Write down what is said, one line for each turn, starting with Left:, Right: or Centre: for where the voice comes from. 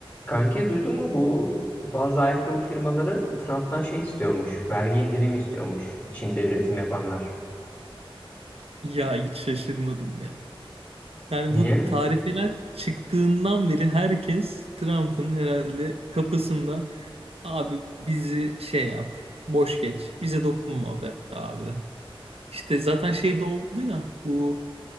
Left: Kanki duydun mu bu bazı ayakkabı firmaları Trump'tan şey istiyormuş. Vergi indirimi istiyormuş Çin'de üretim yapanlar.
Right: Ya hiç şaşırmadım ya. Yani
Left: Niye?
Right: bu tarifeler çıktığından beri herkes Trump'ın herhalde kapısında abi bizi şey yap, boş geç, bize dokunma be abi. İşte zaten şey de oldu ya bu